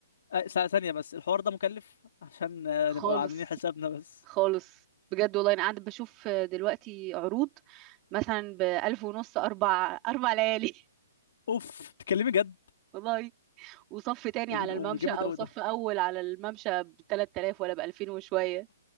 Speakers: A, on the left; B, on the right.
A: آه، ث- ثانية بس الحوار ده مكلف عشان آه،
B: خالص
A: نبقى عاملين حسابنا بس
B: خالص بجد والله انا قاعدة بشوف دلوقتي عروض مثلا بألف ونص أربع أربع ليالي
A: اوف تكلمي جد
B: <laughs> والله وصف تاني
A: يا
B: على
A: دين امي
B: الممشى
A: جامد
B: او
A: قوي
B: صف
A: ده
B: اول على الممشى ب 3000 ولا ب 2000 وشويه